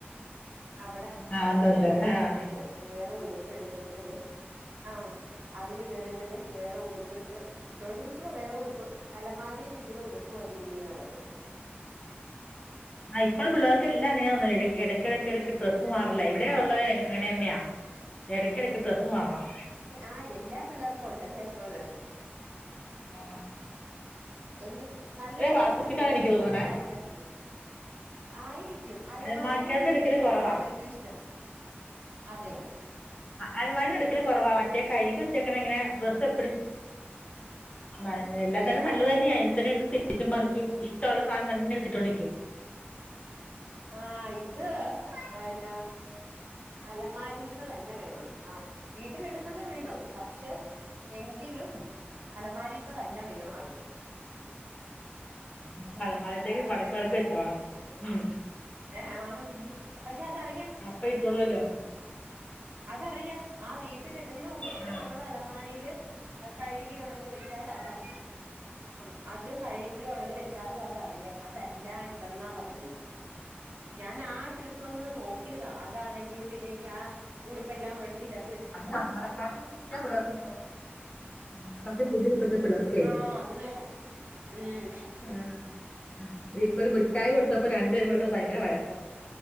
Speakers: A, on the right; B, on the left.
A: അവിടെ
B: ആഹ്
A: അതില്
B: ഉണ്ട് ഉണ്ട്
A: കേറി
B: ആഹ്
A: നിന്നിട്ട്
B: ആഹ്
A: വേറെ ഉടുപ്പ് എടുത്തിട്ട്തേ ആ അതില് കേറിനിന്ന് വേറെ ഉടുപ്പിട്ട് ഇട്ടൊണ്ടിരിക്കുവോ വേറെ ഉടുപ്പ് അലമാരയിലിരിക്കുന്ന ഉടുപ്പ് മതി ഉമ്മീ ന്നാ പറയുന്നെ
B: ആ ഇപ്പോൾ പിള്ളേർക്കെല്ലാം അങ്ങനെ വന്നെ എടക്കിടക്ക എടക്ക് ട്രസ്സ് മാറലാ ഇവിടെ
A: ആഹ്
B: ഉള്ളത് അങ്ങനെ തന്നെയാ എടയ്ക്കിടയ്ക്ക് ട്രസ്സ് മാറണം
A: ആഹ എല്ലാ പിള്ളേർക്കും ഉണ്ടല്ലേ അപ്പൊ ഇത്
B: ആ
A: എല്ല നല്ല ഡ്രസ്സാണ്
B: വാട്സപ്പിന്റെന്ന്
A: ഇടുന്നതും
B: എനിക്ക് തോന്നണേ
A: അലമാരിക്കത്തുന്ന് ആയിരിക്കും അലമാരിൽത്തെ
B: അലമാരിക്കാരന്ന് എടുക്കല്
A: ഡ്രസ്സ്
B: കുറവാ
A: ആ ഏറ്റവും ഇഷ്ടം അതെയാ
B: അലമാര എടുക്കല കുറവാ മറ്റേ കഴുകി വെച്ചേക്കണെങ്ങനെ ഡ്രസ്സ് എപ്പഴും ന എല്ലാം
A: വേണ
B: തന്നെ നല്ലത്
A: ആൾക്ക്
B: തന്നെയാ എടുത്ത് തിരിച്ചും മറിച്ചും ഇഷ്ടമുള്ള സാധനം തന്നെ എടുത്തിട്ട്ണ്ടിരിക്കും
A: ആ ഇത് അയന അലമാരീത്ത തന്നെ വേണം ആ വീട്ടിലിടുന്നത് വിടും പക്ഷെ എങ്കിലും അലമാരീത്ത തന്നെ വേണം ആൾക്ക്
B: അപ്പ അലമാരിലേക്ക് മടക്കി മടക്കി വെച്ചോളണം ഇം
A: എആ പക്ഷെ അതറിയാം
B: ഇപട്ടോള്ളോ ല്ലോ
A: അതറിയാം ആ വീട്ടിലിടുന്ന ഉടുപ്പിനെ
B: ആ
A: നമ്മള് അലമാരിയിൽ അത് കഴുകി ഉണങ്ങി വെച്ചാൽ അതറിയും ആ അത് കഴുകി ഒണങ്ങി വെച്ചാലും അതറിയാം അതല്ല ഇതെന്നാ പറയുന്നെ
B: <unintelligible>
A: ഞാൻ ആ ട്രിക്ക് ഒന്ന് നോക്കിയതാ അതാണെങ്കിൽ പിന്നെ ആ ഉടുപ്പ എല്ലാം എടുത്തിന്റെ
B: അയിന് നമ്മളെക്കാട്ടിലും ബുദ്ധിയ പിള്ളേർക്കിപ്പോ നമ്മളെ കാട്ടിം ബുദ്ധി ഇപേഴ്ത്തപിള്ളേർക്കെ
A: ആ അത് നേരാ ഉം
B: ആഹ ഇപ്പൊ ഒരു മിഠായി കൊടുത്തപ്പോ രണ്ട് പേരും
A: ആ
B: ഇവിടെ കിടന്ന്‌ ഭയങ്കര വഴക്ക്